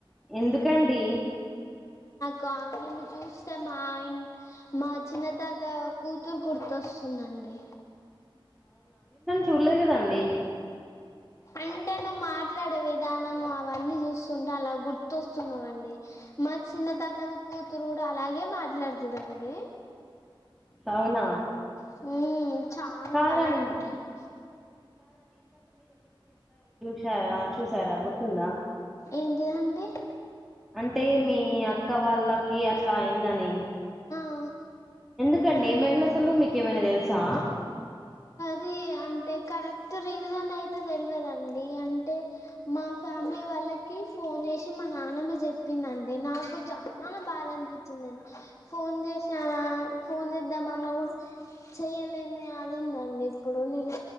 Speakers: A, in the centre; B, on the left.
A: ఎందుకండి
B: కా నిన్ను చూస్తే మా ఇ మా చిన్నతాత కూతురు గుర్తొస్తుందండి
A: చూలేదు కదండి
B: అంటే
A: <inaudible>
B: నువ్వు మాట్లాడే విధానము అవన్నీ చూస్తుంటే అలా గుర్తొస్తున్నావండి మా చిన్న తాత కూతురు కూడా అలాగే మాట్లాడుతుందండి
A: అవునా
B: హ చాలా
A: కాదండి
B: బాగా మాట్లాడు
A: చ్చారా చూసారా గుర్తుందా
B: ఏంటిద అండీ
A: అంటే మీ అక్క వాళ్ళకి అట్లా అయిందని
B: ఆ
A: ఎందుకండి ఏమైంది అసలు మీకేమైనా తెలుసా
B: ది అంటే కరెక్ట్ రీజన్ అయితే తెలియదుండి అంటే మా ఫ్యామిలీ వాళ్ళకి ఫోన్ చేసి మా నాన్నమ్మ చెప్పిందిండి నాకు చాలా బాధ అనిపించిందిండి ఫోన్ చేసా ఫోన్ చేద్దాం అన్న కూడా చేయలేని దు ఉందండి ఇప్పుడు నేను